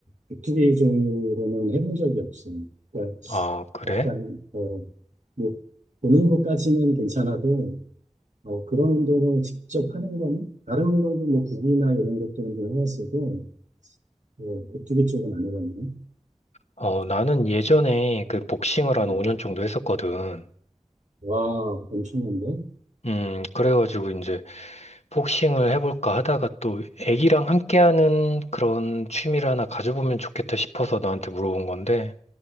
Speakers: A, on the right; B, on the left.
A: 백투기 종류로는 해본 적이 없어요. 그러니까
B: 아, 그래?
A: 약간, 어, 뭐, 보는 것까지는 괜찮아도, 어, 그런 운동을 직접 하는 거는, 다른 운동도 뭐, 구기나 이런 것들은 좀 해봤어도, 어, 격투기 쪽은 안 해봤네.
B: 어, 나는 예전에 그 복싱을 한
A: 음.
B: 5년 정도 했었거든.
A: 와, 엄청난데?
B: 음, 그래가지고 이제 복싱을 해볼까 하다가 또 애기랑 함께하는 그런 취미를 하나 가져보면 좋겠다 싶어서 너한테 물어본 건데,